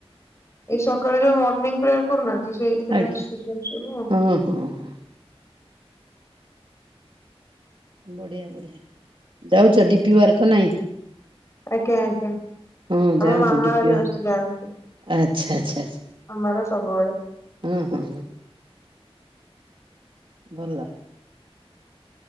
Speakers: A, on the left (about 25°); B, on the right (about 55°).
A: ଏଇ ସକାଳେ ଯୋଉ ମର୍ଣ୍ଣିିଂ ପ୍ରେୟାର କରୁନାହାନ୍ତି ସେଇ ଏଥିରେ
B: ଆଜ୍ଞା
A: ଆସଛନ୍ତି ମ
B: ହଁ ହଁ। ବଢିଆ ବଢିଆ ଯାଉଛ ଡିପିୱାର୍କ ନାଇ?
A: ଆଜ୍ଞା ଆଜ୍ଞା
B: ହଁ ଯାଆନ୍ତୁ
A: ଆମ ମାମା
B: ଡିପି
A: ଘରା
B: ୱାର୍କ
A: ବେଶୀ ଯାଆନ୍ତି।
B: ଆଚ୍ଛା ଆଚ୍ଛା ଚ୍ଛା
A: ଆମର ସବୁବେଳେ।
B: ଉଁ ହୁଁ। ଭଲ।